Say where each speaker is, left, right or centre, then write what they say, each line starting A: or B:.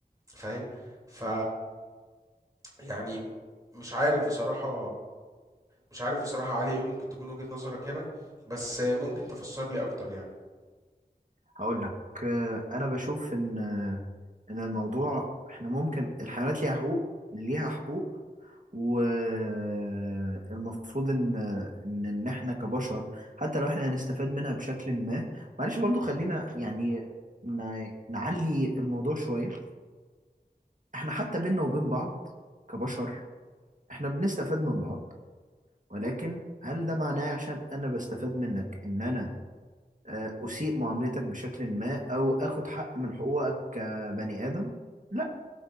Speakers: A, on the right; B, on the right.
A: فاهم ف يعني مش عارف بصراحة مش عارف بصراحة علي ايه ممكن تكون وجهة نظرك هنا بس ممكن تفسر لي اكتر يعني
B: هقول لك آه، انا بشوف ان آه، ان الموضوع احنا ممكن الحيوانات ليها حقوق ليها حقوق والمفروض ان ان ان احنا كبشر حتى لو احنا هنستفاد منها بشكل ما معلش برضو خلينا يعني ن- نعلي الموضوع شوية احنا حتى بينا وبين بعض كبشر احنا بنستفاد من بعض ولكن هل ده معناه عشان انا بستفاد منك ان انا آه، أسيء معاملتك بشكل ما أو أخد حق من حقوقك كبني آدم لا